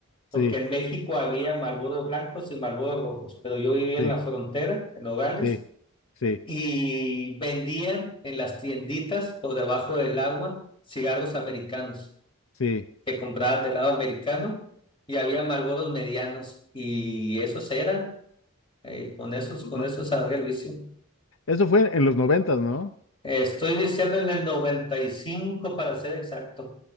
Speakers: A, on the left; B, on the left.
A: porque
B: Sí,
A: en México había Marlboro blancos y Marlboro rojos, pero yo vivía
B: sí,
A: en la frontera, en Nogales
B: sí, sí,
A: y vendían en las tienditas o debajo del agua cigarros americanos
B: sí.
A: que compraban del lado americano y había Marlboros medianos y esos eran, eh, con esos,
B: No.
A: con esos salga el vicio.
B: Eso fue en los noventas, ¿no?
A: Eh, estoy diciendo en el 95 para ser exacto,